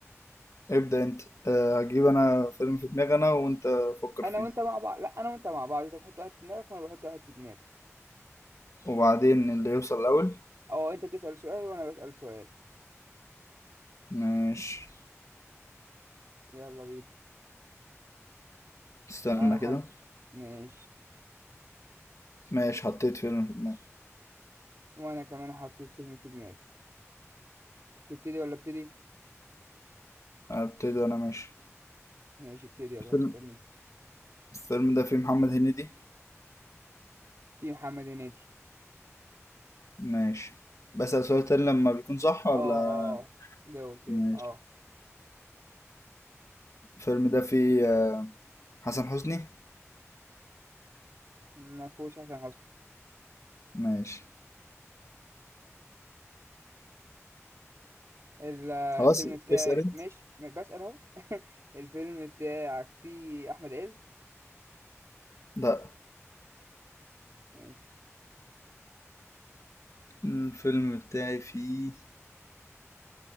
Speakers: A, on the left; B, on the right.
A: ابدا انت أه هجيب انا فيلم في دماغي انا وانت فكر
B: انا
A: فيه
B: وانت مع بعض لا انا وانت مع بعض انت بتحط واحد في دماغك وانا بحط واحد في دماغي
A: وبعدين اللي يوصل الاول
B: او انت بتسال سؤال وانا بسال سؤال
A: ماشي
B: يلا بينا
A: استنى
B: انا حط
A: كده
B: ماشي
A: ماشي حطيت فيلم في دماغي
B: وانا كمان حطيت فيلم في دماغي تبتدي ولا ابتدي
A: ابتدي انا ماشي
B: ماشي ابتدي يلا
A: الفيلم
B: مستني
A: الفيلم ده فيه محمد هنيدي
B: في محمد هنيدي
A: ماشي بسأل سؤال تاني لما بيكون صح ولا
B: اه اه جو تاني
A: ماشي
B: اه
A: الفيلم ده فيه آه، حسن حسني
B: ما فيهوش حسن حسني
A: ماشي
B: ال- الفيلم
A: خلاص
B: بتاعي
A: اسأل انت
B: ماشي م- بسأل اهو <laughs> الفيلم بتاعك فيه احمد عز
A: لا
B: ماشي
A: الفيلم بتاعي فيه